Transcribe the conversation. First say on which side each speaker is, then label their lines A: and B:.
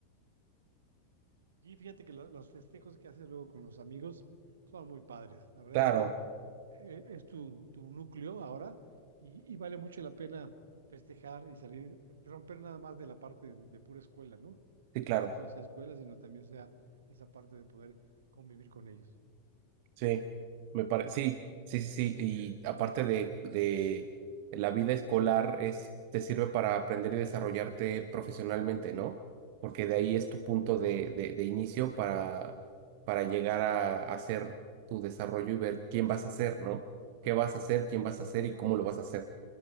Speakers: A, on the right; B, on the right.
A: Y fíjate que lo- los festejos que haces luego con los amigos son muy padres. La verdad
B: Claro,
A: es que eh, es tu, tu núcleo ahora y, y vale mucho la pena festejar y salir, romper nada más de la parte de, de pura escuela, ¿no?
B: sí, claro.
A: Que no todo sea escuela, sino también sea esa parte de poder convivir con ellos.
B: Sí, me parece, sí, sí, sí, sí, y aparte de, de la vida escolar es, te sirve para aprender y desarrollarte profesionalmente, ¿no? Porque de ahí es tu punto de, de, de inicio para, para llegar a, hacer tu desarrollo y ver quién vas a ser, ¿no? ¿Qué vas a hacer, quién vas a hacer y cómo lo vas a hacer?